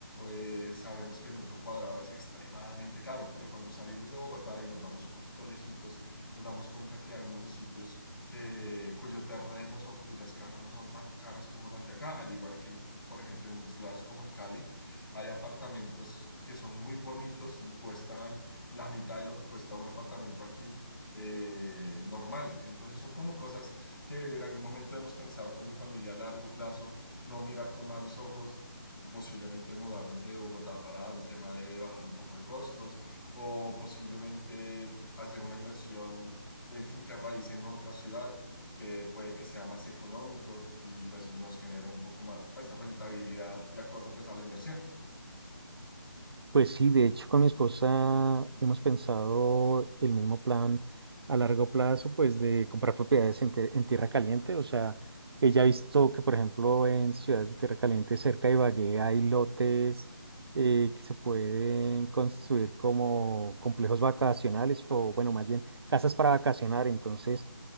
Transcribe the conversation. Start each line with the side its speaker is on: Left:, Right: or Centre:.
Left: eh, sabemos que el metro cuadrado es extremadamente caro, pero cuando salimos de Bogotá y nos vamos un poquito lejitos, nos damos cuenta que hay municipios que, cuyos terrenos o cuyas casas no son tan caras como las de acá, al igual que, en- por ejemplo, en ciudades como en Cali hay apartamentos que son muy bonitos y cuestan la mitad de lo que cuesta un apartamento aquí eh, normal. Entonces son como cosas que en algún momento hemos pensado con mi familia a largo plazo, no mirar con malos ojos, posiblemente mudarnos de Bogotá para el tema de bajar un poco de costos o posiblemente hacer una inversión en finca raíz en otra ciudad que puede que sea más económico y pues nos genere un poco más pues rentabilidad de acuerdo pues a la inversión.
Right: Pues sí, de hecho con mi esposa hemos pensado el mismo plan a largo plazo, pues de comprar propiedades en, tie- en tierra caliente. O sea, ella ha visto que, por ejemplo, en ciudades de tierra caliente cerca de Ibagué hay lotes eh, que se pueden construir como complejos vacacionales o, bueno, más bien casas para vacacionar. Entonces,